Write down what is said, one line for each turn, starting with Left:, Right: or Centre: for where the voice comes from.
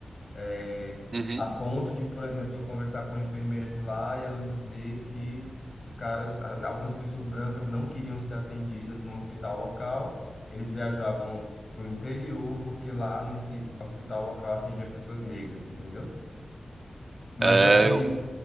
Left: É,
Right: Uhum.
Left: a ponto de, por exemplo, eu conversar com a enfermeira de lá e ela me dizer que os caras, a- algumas pessoas brancas não queriam ser atendidas no hospital local, eles viajavam para o interior, porque lá nesse hospital local atendia pessoas negras, entendeu? Mas
Right: É,
Left: só que
Right: eu-